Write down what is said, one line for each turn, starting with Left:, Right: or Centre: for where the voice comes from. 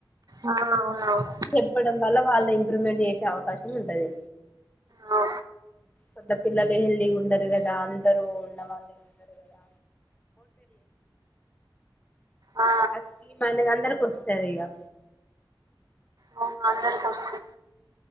Right: ఆ అవునవును
Left: చెప్పడం వల్ల వాళ్లే ఇంప్రూవ్మెంట్ చేసే అవకాశం ఉంటది
Right: ఆ
Left: కొంత పిల్లలు హెల్దీగా ఉండరు కదా అందరూ ఉన్న వాళ్ళే ఉండరు కదా
Right: ఆ,
Left: అచ్చి మన దందరం వస్తదిగా
Right: అవున్ అందరికి వస్తది